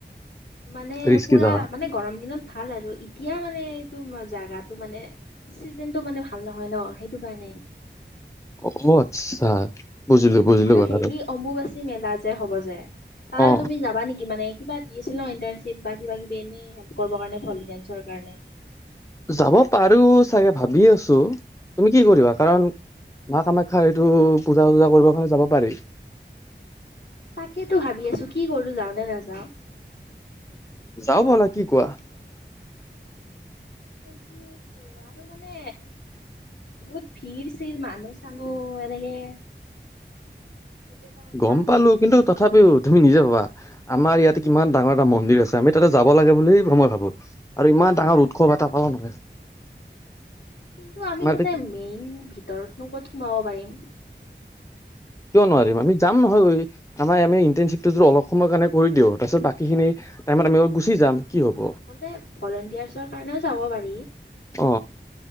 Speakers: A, on the left; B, on the left.
A: মানে
B: ৰিস্কি
A: পুৰা
B: জাগা
A: মানে গৰম দিনত ভাল আৰু এতিয়া মানে জাগাটো মানে চিজন টো মানে ভাল নহয় ন' সেইটো কাৰণে!।
B: অ আচ্ছা। বুজিলো
A: অ'
B: বুজিলো
A: আৰু
B: কথাটো
A: হেৰি অম্বুবাচী মেলা যে হব যে তাৰ
B: অ
A: তুমি যাবা নেকি মানে। কিবা দি আছিল ন ইণ্টাৰ্ণশ্বিপ বা কিবা কিবি এনে হেল্প কৰিবৰ কাৰণে ভলঞ্চৰ কাৰণে।
B: যাব পাৰো চাগে ভাবি আছো তুমি কি কৰিবা? কাৰণ মা কামাখ্যা এইটো পূজা চূজা কৰিব কাৰণে যাব পাৰি।
A: তাকেতো ভাবি আছো কি কৰো যাও নে নাজাওঁ? যাওঁ।
B: যাওঁ বলা কি কোৱা।
A: সেইটোয়েই আৰু মানে বহুত ভিৰ -চিৰ মানুহ- চানুহ এনেকে। সেইটো এটা কথা
B: গম পালো কিন্তু‌ তথাপিও তুমি নিজে ভাবা আমাৰ ইয়াতে কিমান ডাঙৰ এটা মন্দিৰ আছে। আমি তাতে যাব লাগে বুলি ময় ভাবো আৰু ইমান ডাঙৰ উৎসৱ এটা পাবা মানে।
A: কিন্তু আমি তাতে
B: ইয়াতে
A: মেইন ভিতৰত ন ক'ত সোমাব পাৰিম।
B: কিয় নোৱাৰিম আমি যাম নহয় গৈ আমাৰ আমি ইণ্টাৰশিপটো অলপ সময়ৰ কাৰণে কৰি দিওঁ। তাৰপিছত বাকীখিনি টাইমত আমি গুচি যাম। কি হ'ব
A: আচলতে ভলেণ্টিয়াৰ্চৰ কাৰণেও যাব পাৰি।
B: অ